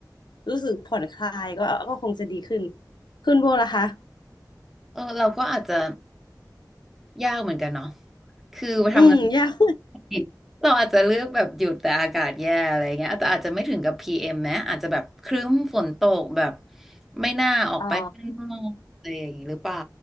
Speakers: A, on the left; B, in the centre.
A: รู้สึกผ่อนคลายก็ก็คงจะดีขึ้นขึ้นโบล่ะคะ
B: เออเราก็อาจจะยากเหมือนกันเนาะคือไปทำงานปกติเราอาจจะเลือกแบบหยุดแต่อากาศแย่อะไรเงี้ยแต่อาจจะไม่ถึงกับพีเอ็มนะอาจจะแบบครึ้มฝนตกแบบ
A: อืมยาก
B: ไม่น่าออกไปข้างนอกอะไรอย่างนี้หรือเปล่า
A: อ๋อ